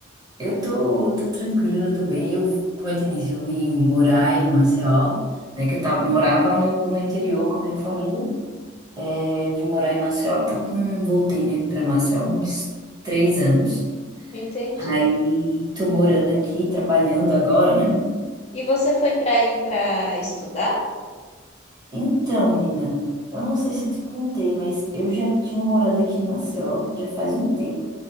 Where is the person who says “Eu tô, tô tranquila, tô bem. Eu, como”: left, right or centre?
Right